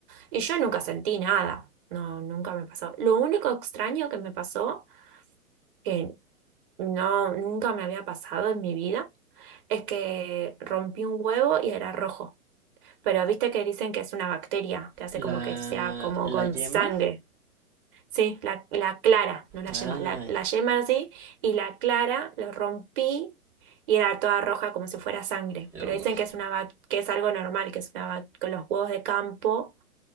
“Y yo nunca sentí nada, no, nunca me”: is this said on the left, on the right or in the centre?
Right